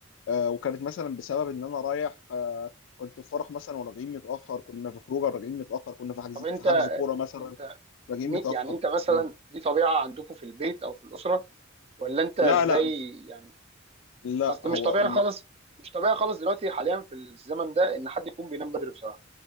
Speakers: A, on the left (about 65°); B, on the right (about 30°).
A: آه وكانت مثلا بسبب ان انا رايح آه كنت في فرح مثلا وراجعين متأخر كنا في خروجه راجعين متأخر كنا في حجز
B: طب انت
A: في حجز كورة مثلا
B: انت
A: راجعين
B: مي-
A: متأخر
B: يعني انت مثلا
A: مم.
B: دي طبيعه عندكم في البيت او في الاسره ولا انت
A: لا
B: ازاي
A: لا
B: يعني
A: لا
B: اصل
A: هو
B: مش طبيعي
A: الم...
B: خالص مش طبيعي خالص دلوقتي حاليا في الزمن ده ان حد يكون بينام بدري بصراحه